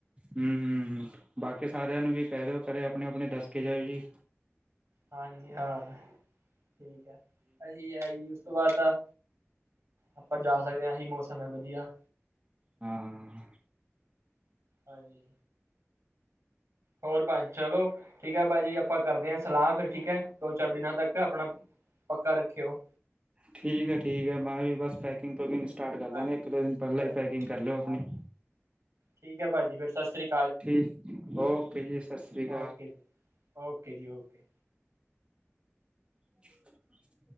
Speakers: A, on the right; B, on the right.
A: ਹੂੰ-ਹੂੰ ਬਾਕੀ ਸਾਰਿਆਂ ਨੂੰ ਵੀ ਕਹਿ ਦਿਓ ਘਰੇ ਆਪਣੇ -ਆਪਣੇ ਦੱਸ ਕੇ ਜਾਇਓ ਜੀ।
B: ਹਾਂਜੀ ਹਾਂ ਠੀਕ ਐ, ਅਹੀ ਐ ਓਸ ਤੋਂ ਬਾਅਦ ਤਾਂ ਆਪਾਂ ਜਾ ਸਕਦੇ ਆਹੀ ਮੌਸਮ ਆ ਵਧੀਆ।
A: ਹਾਂ
B: ਹਾਂਜੀ। ਹੋਰ ਭਾ ਚਲੋ ਠੀਕ ਹੈ ਭਾਜੀ ਆਪਾਂ ਕਰਦੇ ਆ ਸਲਾਹ ਫਿਰ ਠੀਕ ਐ ਦੋ ਚਾਰ ਦਿਨਾਂ ਤੱਕ ਆਪਣਾ ਪੱਕਾ ਰੱਖਿਓ।
A: ਠੀਕ ਐ, ਠੀਕ ਐ ਮੈਂ ਵੀ ਬਸ ਪੈ ਪਕਿੰਗ ਪਕਿੰਗ ਸਟਾਰਟ ਕਰ ਦਾਂਗਾ
B: ਹਾਂਜੀ
A: ਇੱਕ ਦੋ ਦਿਨ ਪਹਿਲਾਂ
B: ਚਲੋ
A: ਈ ਪੈਕਿੰਗ ਕਰ ਲਿਓ ਆਪਣੀ।
B: ਹਾਂਜੀ ਠੀਕ ਭਾਜੀ ਫ ਸਿ੍ਰੀਕ
A: ਠੀਕ ਓਕੇ ਜੀ ਸਤਿ ਸ਼੍ਰੀ ਅਕਾਲ।
B: ਓਕੇ ਜੀ ਓਕੇ ਜੀ ਓਕੇ।
A: <inaudible>